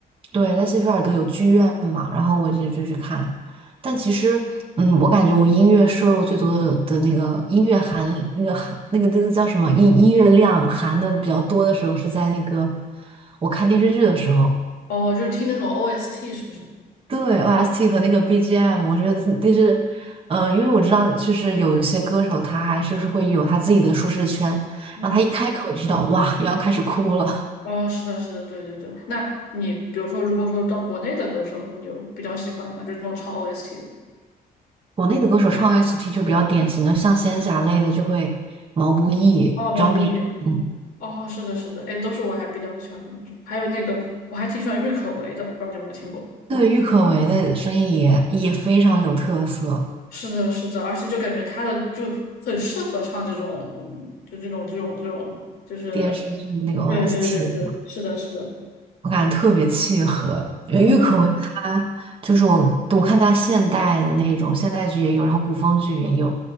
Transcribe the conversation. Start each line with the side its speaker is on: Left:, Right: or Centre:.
Right: 对，在谢菲尔德有剧院嘛，然后我就就去看。但其实，嗯，我感觉我音乐摄入最多的的那个音乐含那个含那个那个叫什么音音乐量含的比较多的时候，是在那个我看电视剧的时候。
Left: 哦，就是听那种 OST 是不是？
Right: 对 OST 和那个 BGM，我觉得就是，嗯、因为我知道，就是有一些歌手他还是是会有他自己的舒适圈，
Left: 嗯。
Right: 然后他一开口就知道，哇，又要开始哭了。
Left: 哦，是的，是的，对对对。那你比如说，如果说到国内的歌手，你有比较喜欢的吗？就是那种唱 OST 的。
Right: 国内的歌手唱 OST 就比较典型的，像仙侠类的就会毛不易、
Left: 哦，毛不易，
Right: 张碧晨，
Left: 哦，是的，是的，哎，都是我还比较喜欢的，还有那个我还挺喜欢郁可唯的，不知道你有没有听过？
Right: 对，郁可唯的声音也也非常有特色。
Left: 是的，是的，而且就感觉他的就很适合唱这种，嗯，就这种这种这种，就是，
Right: 电视剧的那个 OST，
Left: 对对对对，是的，是的。
Right: 我感觉特别契合。因为郁可唯她就是我，
Left: 嗯，
Right: 我看她现代的那种现代剧也有，然后古风剧也有。